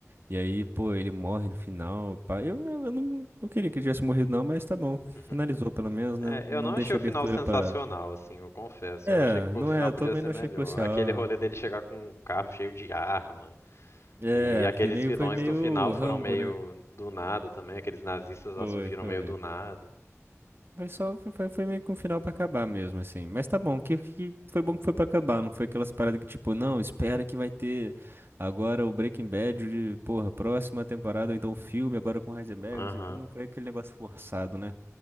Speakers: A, on the right; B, on the left.
A: E aí, pô, ele morre no final. Pá. Eu, eu eu não, não queria que ele tivesse morrido, não, mas tá bom.
B: Uhum.
A: Finalizou pelo menos, né?
B: É,
A: Não
B: eu não
A: deixa
B: achei o
A: abertura
B: final sensacional,
A: pra.
B: assim, eu confesso.
A: É,
B: Eu achei que
A: não
B: o final
A: é, eu
B: podia
A: também
B: ser
A: não
B: melhor.
A: achei que fosse, ó.
B: Aquele rolê dele chegar com um carro cheio de arma.
A: É,
B: E aqueles
A: foi meio,
B: vilões
A: foi meio
B: do final foram
A: Rambo,
B: meio
A: né?
B: do nada também, aqueles nazistas lá
A: Foi,
B: surgiram
A: foi.
B: meio do nada.
A: Foi só, foi, foi foi meio que um final pra acabar mesmo, assim. Mas tá bom, que, que foi bom que foi pra acabar, não foi aquelas paradas que tipo, não, espera que vai ter agora o Breaking Bad de, porra, próxima temporada, ou então o filme agora com Heisenberg,
B: Aham.
A: não sei o que, não foi aquele negócio forçado, né?